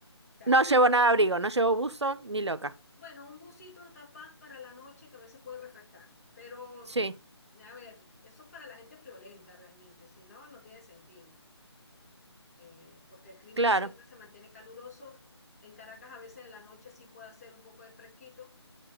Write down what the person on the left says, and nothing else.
sea,
ye-
bueno, un busito capaz para la noche que a veces puede refrescar, pero
a ver, eso es para la gente friolenta realmente, si no, no tiene sentido. eh, porque el clima
siempre se mantiene caluroso. En Caracas a veces en la noche sí puede hacer un poco de fresquito,